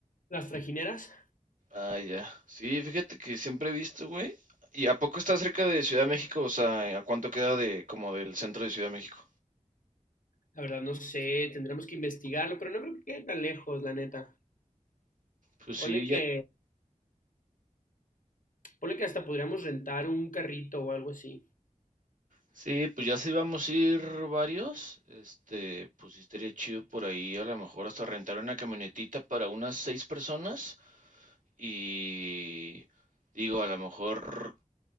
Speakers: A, on the left; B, on the right.
A: las trajineras.
B: Ah, ya. Sí, fíjate que siempre he visto, güey. ¿Y a poco está cerca de Ciudad de México? O sea, ¿a cuánto queda de como del centro de Ciudad de México?
A: La verdad no sé, tendremos que investigarlo, pero no creo que quede tan lejos, la neta.
B: Pues sí,
A: Ponle
B: ya,
A: que Ponle que hasta podríamos rentar un carrito o algo así.
B: sí, pues ya sí vamos a ir varios. Este, pues sí estaría chido por ahí, a lo mejor hasta rentar una camionetita para unas seis personas. Y digo, a lo mejor